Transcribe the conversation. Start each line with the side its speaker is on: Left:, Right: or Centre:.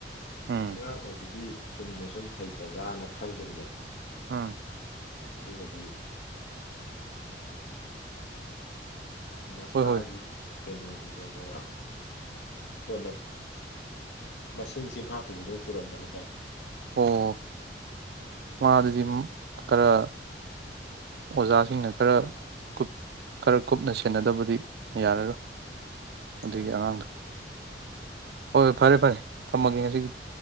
Right: ꯎꯝ
Left: ꯑꯉꯥꯡ ꯑꯣꯏꯕꯒꯤ ꯆꯨꯝꯅ ꯁꯨꯝ ꯍꯩꯇꯕ꯭ꯔꯥꯅ ꯈꯜꯂꯨꯕꯅꯦꯕ
Right: ꯑꯥ
Left: ꯑꯗꯨꯒꯗꯤ ꯃꯁꯥꯒꯤ
Right: ꯍꯣꯏ ꯍꯣꯏ
Left: ꯀꯩꯅꯣꯗꯨ ꯐꯥꯎꯕ ꯍꯣꯠꯅ ꯃꯁꯤꯡ ꯆꯤꯟꯐꯥ ꯄꯨꯕꯗꯧ ꯄꯨꯔꯝꯕ ꯍꯥꯏꯇꯥꯔꯦ
Right: ꯑꯣ ꯃꯥ ꯑꯗꯨꯗꯤ ꯈꯔ ꯑꯣꯖꯥꯁꯤꯡꯅ ꯈꯔ ꯀꯨꯞ ꯈꯔ ꯀꯨꯞꯅ ꯁꯦꯟꯅꯗꯕꯗꯤ ꯌꯥꯔꯔꯣꯏ ꯑꯗꯨꯏ
Left: ꯑꯥ
Right: ꯑꯉꯥꯡꯗ ꯍꯣꯏ ꯍꯣꯏ ꯐꯔꯦ ꯐꯔꯦ ꯊꯝꯃꯒꯦ ꯉꯁꯤꯒꯤꯗꯤ